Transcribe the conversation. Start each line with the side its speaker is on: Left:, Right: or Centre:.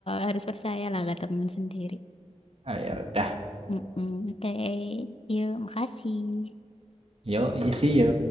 Left: harus percayalah ke teman sendiri.
Right: Ah, ya udah.
Left: Mm-mm. Oke, yuk, makasih.
Right: Yo, isi yo.